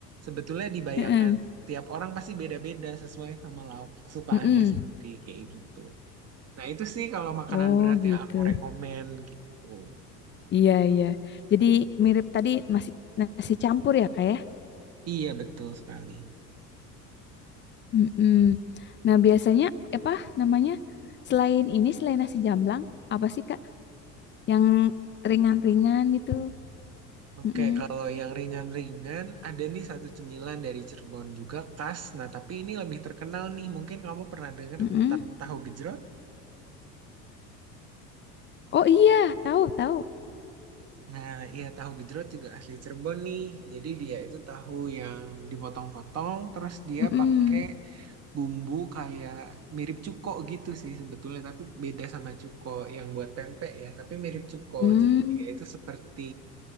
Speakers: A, on the right (about 30°); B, on the left (about 25°).
A: sebetulnya di bayangan
B: heeh,
A: tiap orang pasti beda-beda sesuai sama lauk kesukaannya
B: mm-mm.
A: sendiri kayak gitu. Nah, itu sih kalau makanan
B: Oh
A: berat
B: gitu.
A: yang aku rekomen gitu.
B: Iya iya. Jadi mirip tadi nasi nasi campur ya kak ya.
A: Iya, betul sekali.
B: Mm-mm. Nah biasanya apa namanya selain ini selain nasi jamblang apa sih kak yang ringan-ringan gitu?
A: Oke,
B: Mm-mm,
A: kalau yang ringan-ringan, ada nih satu cemilan dari Cirebon juga khas. Nah, tapi ini lebih terkenal nih. Mungkin kamu pernah dengar
B: mm-mm.
A: tentang tahu gejrot?
B: Oh iya tahu tahu.
A: Nah, iya tahu gejrot juga asli Cirebon nih. Jadi dia itu tahu yang dipotong-potong, terus dia
B: Mm-mm.
A: pakai bumbu kayak mirip cuko gitu sih sebetulnya, tapi beda sama cuko yang buat pempek ya, tapi mirip cuko.
B: Mm,
A: Jadi dia itu seperti